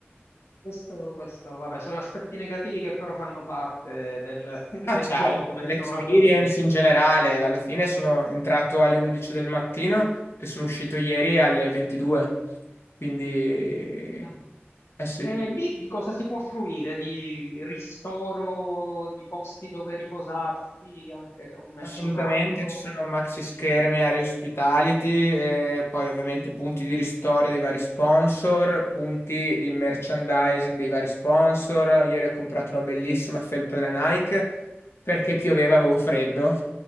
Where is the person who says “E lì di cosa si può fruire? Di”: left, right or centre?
Left